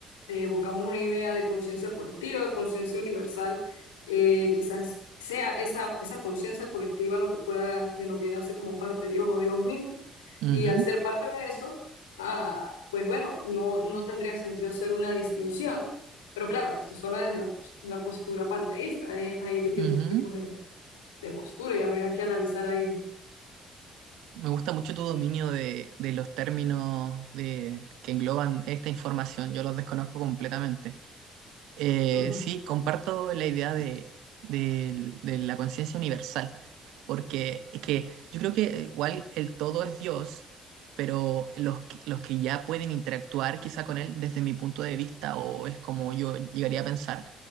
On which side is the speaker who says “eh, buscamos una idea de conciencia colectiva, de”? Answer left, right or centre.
Left